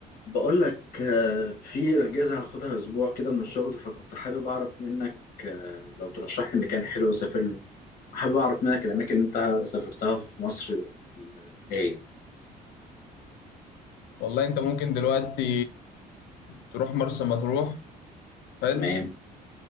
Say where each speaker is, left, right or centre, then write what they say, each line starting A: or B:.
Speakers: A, on the left (about 55°); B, on the left (about 80°).
A: بقول لك آه، في اجازه هاخدها اسبوع كده من الشغل فكنت حابب اعرف منك آه، لو ترشح لي مكان حلو اسافر له حابب اعرف منك الاماكن اللي انت سافرتها في مصر و- ايه
B: والله انت ممكن دلوقتي تروح مرسى مطروح حلو
A: تمام